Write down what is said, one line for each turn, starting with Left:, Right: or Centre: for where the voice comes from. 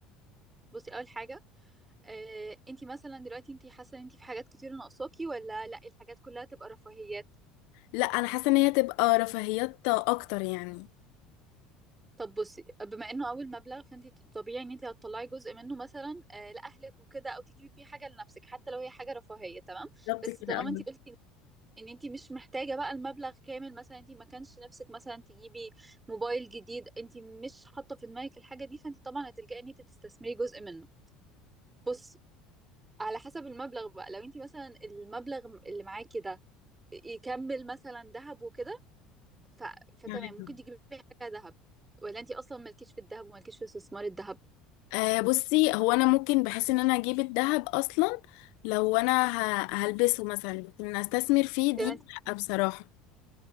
Right: بصي اول حاجه آه، انتي مثلا دلوقتي انتي حاسه ان انتي في حاجات كتير ناقصاكي ولا لا الحاجات كلها تبقى رفاهيات
Left: لا انا حاسة ان هي تبقى رفاهيات اكتر يعني
Right: طب بصي بما انه اول مبلغ فانتي طبيعي ان انتي هتطلعي جزء منه مثلا آه، لاهلك وكده او تجيبي بيه حاجه لنفسك حتى لو هي حاجه رفاهيه تمام
Left: بالظبط
Right: بس
Left: كده
Right: طالما
Left: أوي.
Right: انتي قلتي ان إن انتي مش محتاجه بقى المبلغ كامل مثلا انتي ما كانش نفسك مثلا تجيبي موبايل جديد انتي مش حاطه في دماغك الحاجه دي فانتي طبعا هتلجئي ان انتي تستثمري جزء منه بص على حسب المبلغ بقى لو انت مثلا المبلغ اللي معاكي ده يكمل مثلا ذهب وكده ف... فتمام
Left: مم.
Right: ممكن تجيبي حاجة ذهب ولا انت اصلا مالكيش في الذهب ومالكيش في استثمار الذهب
Left: أه بصي هو انا ممكن بحس ان انا اجيب الذهب اصلا لو انا ه- هلبسه مثلا لكن ان استثمر فيه
Right: فانت
Left: دي لأ بصراحة